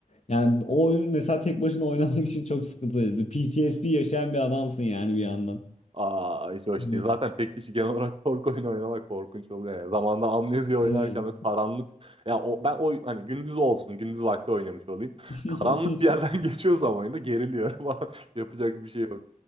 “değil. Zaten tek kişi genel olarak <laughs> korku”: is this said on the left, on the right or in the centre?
Right